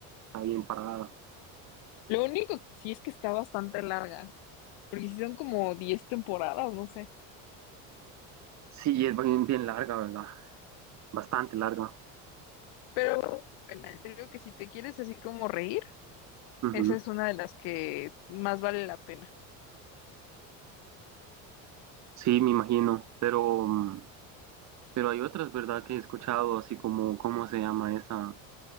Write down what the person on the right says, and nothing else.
está bien parada.
Sí, es bien, bien larga, ¿verdad? Bastante larga.
Ujú.
Sí, me imagino, pero, mm, pero hay otras, ¿verdad? Que he escuchado, así como, ¿cómo se llama esa?